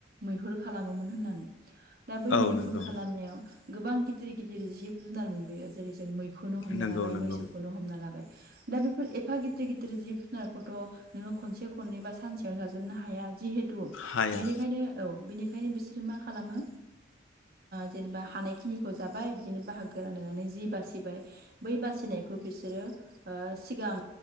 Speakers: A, on the right; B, on the left.
A: मैहुर खालामोमोन होननानै दा बै
B: औ
A: मैहुर
B: नंगौ
A: खालामनायाव गोबां गिदिर गिदिर जिब जुनार मोनबोयो जेरै जों मै खौनो हमना
B: नंगौ
A: लाबाय
B: नंगौ
A: मैसोखौनो हमना लाबाय दा बेफोर एफा गिदिर गिदिर जिब जुनारखौथ' नोङो खनसे खननै बा सानसेयावनो जाजोबनो हाया जिहे थु
B: हाया
A: बिनिखायनो औ बिनिखायनो बिसोर मा खालामो जेनेबा हानायखिनिखौ जाबाय बिदिनो बाहागो रानलायनानै जि बासिबाय बै बासिनायखौ बिसोरो ओ सिगां